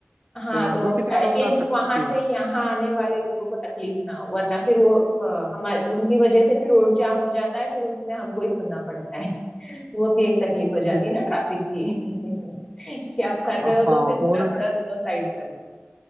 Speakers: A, on the right (about 40°); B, on the left (about 20°).
A: तो
B: हाँ तो
A: तुम कितने
B: एटलीस्ट
A: लोग ला सकती
B: वहां से
A: हो
B: यहाँ आने वाले लोगों को तकलीफ ना हो वरना फिर वो अ, हमारे उनकी वजह से फिर रोड जाम हो जाता है फिर उसमें हमको ही सुनना पड़ता है <laughs> वो भी एक तकलीफ हो
A: <laughs>
B: जाती है ना ट्रैफिक की <laughs> कि आप कर रहे
A: हाँ
B: हो तो फिर थोड़ा
A: और
B: थोड़ा दोनों साइड कर दो